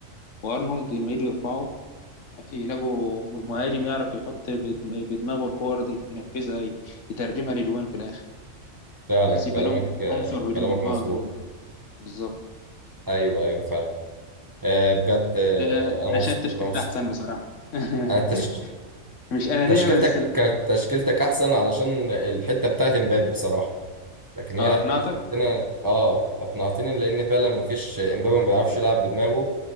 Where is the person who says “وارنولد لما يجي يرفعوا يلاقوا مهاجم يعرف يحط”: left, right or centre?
Left